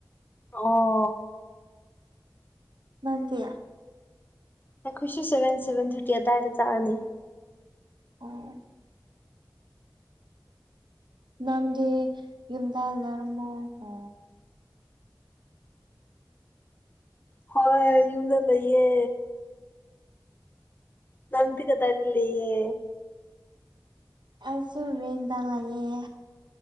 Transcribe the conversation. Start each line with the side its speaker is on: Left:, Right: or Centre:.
Left: ꯑꯣ
Right: ꯅꯟꯇꯤ
Left: ꯑꯩꯈꯣꯏꯁꯤ ꯁꯕꯦꯟ ꯁꯕꯦꯟ ꯊꯔꯇꯤ ꯑꯗꯥꯏꯗ ꯆꯥꯔꯅꯤ
Right: ꯑꯣ ꯅꯪꯗꯤ ꯌꯨꯝꯗꯥ ꯂꯔꯃꯣ ꯍꯣ
Left: ꯍꯣꯏ ꯌꯨꯝꯗ ꯂꯩꯌꯦ ꯅꯪꯗꯤ ꯀꯗꯏꯂꯩꯌꯦ
Right: ꯑꯩꯁꯨ ꯔꯦꯟꯗ ꯂꯩꯌꯦ